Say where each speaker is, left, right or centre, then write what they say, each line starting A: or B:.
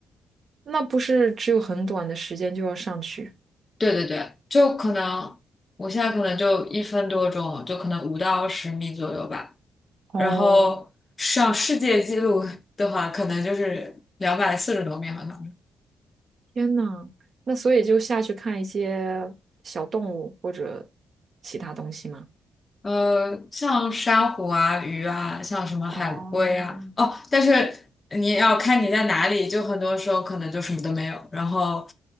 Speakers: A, on the right; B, on the left.
A: 那不是只有很短的时间就要上去？
B: 对对对，就可能我现在可能就一分多钟，就可能五到十米左右吧。
A: 哦，
B: 然后上世界纪录 <laughs> 的话，可能就是两百四十多米，好像。
A: 天呐，那所以就下去看一些小动物或者其他东西吗？
B: 呃，像珊瑚啊、鱼啊，像什么海龟啊，
A: 哦，
B: 哦，但是你要看你在哪里，就很多时候可能就什么都没有。然后